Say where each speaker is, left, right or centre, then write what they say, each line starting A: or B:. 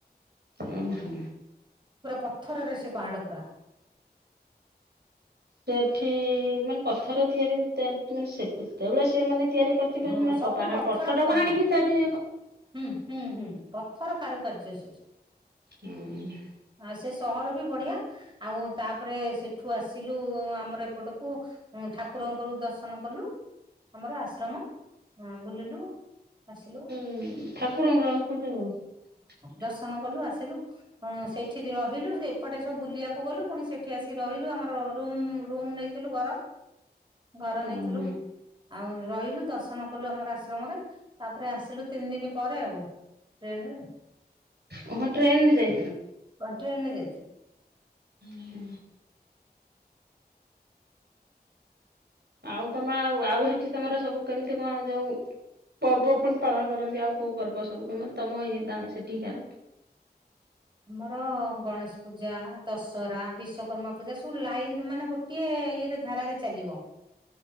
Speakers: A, on the right; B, on the right.
A: ଓହୋ।
B: ପୁରା ପଥରରେ ସେ ପାହାଡ ପୁରା।
A: ସେଠି ମାନେ ପଥର ତିଆରି ମାନେ ସେତେବେଆ ସେ ମାନେ ତିଆରି କରି
B: ହଁ
A: ସେମାନେ
B: ସବୁ ପଥର
A: ପର୍ଥ ଟାକୁ
B: ହଁ
A: ହାଣିକିରି
B: ହୁଁ ହୁଁ ହୁଁ ପଥର କାରୁ କାର୍ଯ୍ୟ ସେଠି।
A: ହୁଁ
B: ଆଉ ସେ ସହର ବି ବଢିଆ ଆଉ ତାପରେ ସେଠୁ ଆସିଲୁ ଆମର ଏପଟକୁ ଠାକୁରଙ୍କର ଦର୍ଶନ କଲୁ ଆମର ଆଶ୍ରମ ବୁଲିଲୁ ଆସିଲୁ।
A: ହଁ ଠାକୁରଙ୍ଗର ଅନୁକୂଲ ଟଙ୍କ ର
B: ଦଶ କଲୁ ଆସିଲୁ ସେଇଠି ଠୀ ରହିଲୁ ସେ ଏପଟେ ସବୁ ବୁଲିବାକୁ ଗଲୁ ପୁଣି ସେଠି ଆସିିକି ରହିଲୁ ଆମର ର ରୁମ ନେଇଥିଲୁ ଘର ଘର ନେଇଥିଲୁ
A: ଓହୋ
B: ଆଉ ରହିଲୁ ଦର୍ଶନ କଲୁ ଆମର ଆଶ୍ରମରେ ତାପରେ ଆସିଲୁ ଦିନ ପରେ ଆଉ ଟ୍ରେନ୍ ରେ
A: ଓହୋ ଟ୍ରେନରେ ଯାଇଥିଲ?
B: ଟ୍ରେନ ରେ ଯାଇଥିଲୁ।
A: ହୁଁ। ଆଉ ତମ ଆଉ ଆଉ ସେଠି ତମର ସବୁ କେମିତି କଣ ଯୋଉ ପର୍ବ ପୁଣି ପାଳନ କରନ୍ତି ଆଉ କୋଉ ପର୍ବ ସବୁ ମ ତମ ଇଏ ଗାଁ ସେଠିକାର?
B: ଆମର ଗଣେଶ ପୂଜା ଦଶହରା ବିଶ କର୍ମା ପୂଜା ସବୁ ଲାଇନ ମାନେ ଗୋଟିଏ ଇଏରେ ଧାରାରେ ଚାଲିବ।